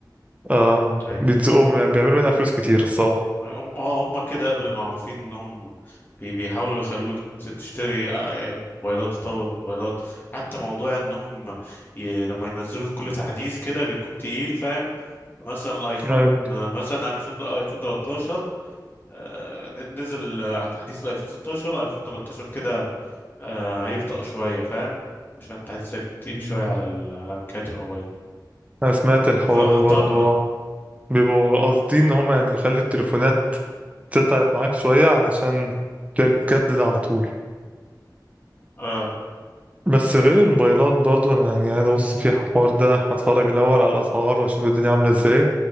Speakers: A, on the right; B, on the left.
A: آه
B: ايوه
A: بيتزقوهم يعني بيعملوا منها فلوس كتير الصراحة
B: هم هم كده قبل معروفين ان هم بي- بيحاولوا يخلوك ت- تشتري آه، آه، موبايلات تطور موبايلات حتى موضوع انهم ي... لما ينزلوا كل تحديث كده بيكون تقيل فاهم مثلا الايفون
A: أيوة
B: آه، مثلا 2000 ايفون 13 آه، ن- نزل آه، تحديث الايفون 16 ايفون 13 كده آه، هيبطأ شوية فاهم عشان التحديث هيكون تقيل
A: مم.
B: شوية على ال... على امكانيات الموبايل
A: أنا سمعت الحوار
B: هتضطر
A: ده برضه آه.
B: بقى
A: بيبقوا قاصدين إن هما يعني يخلي التليفونات تتعب معاك شوية علشان تجدد على طول
B: مم.
A: بس غير الموبايلات برضه أنا يعني عايز أبص في الحوار ده هتفرج الأول على الأسعار وأشوف الدنيا عاملة إزاي